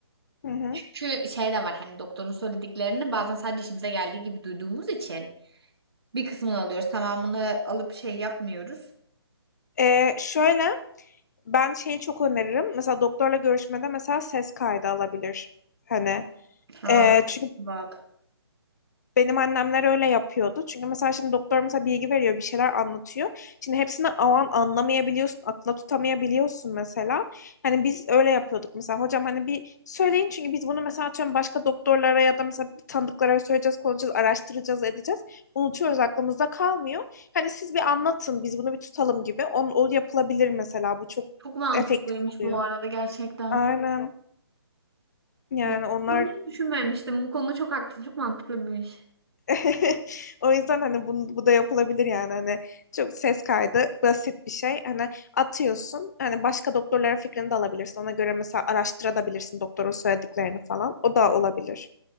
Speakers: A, on the left (about 40°); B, on the right (about 75°).
A: hı hı.
B: Çünkü şey de var hani doktorun söylediklerini bazen sadece işimize geldiği gibi duyduğumuz için bir kısmını alıyoruz tamamını alıp şey yapmıyoruz.
A: E, şöyle ben şeyi çok öneririm. Mesela doktorla görüşmede mesela ses kaydı alabilir. Hani
B: Ha
A: e, çünkü
B: bak.
A: Benim annemler öyle yapıyordu. Çünkü mesela şimdi doktor mesela bilgi veriyor, bir şeyler anlatıyor. Şimdi hepsini o an anlamayabiliyorsun, akla tutamayabiliyorsun mesela. Hani biz öyle yapıyorduk mesela. Hocam hani bir söyleyin çünkü biz bunu mesela atıyorum başka doktorlara ya da mesela tanıdıklara söyleyeceğiz, konuşacağız, araştıracağız, edeceğiz. Unutuyoruz, aklımızda kalmıyor. Hani siz bir anlatın, biz bunu bir tutalım gibi. On, o yapılabilir mesela. Bu çok
B: Çok mantıklıymış
A: efektif oluyor.
B: bu arada gerçekten.
A: Aynen. Yani
B: Bu-
A: onlar
B: Bunu hiç düşünmemiştim. Bu konuda çok haklısın. Çok mantıklı bir iş.
A: <laughs> O yüzden hani bu, bu da yapılabilir yani hani çok ses kaydı basit bir şey. Hani atıyorsun hani başka doktorların fikrini de alabilirsin. Ona göre mesela araştırabilirsin doktorun söylediklerini falan. O da olabilir.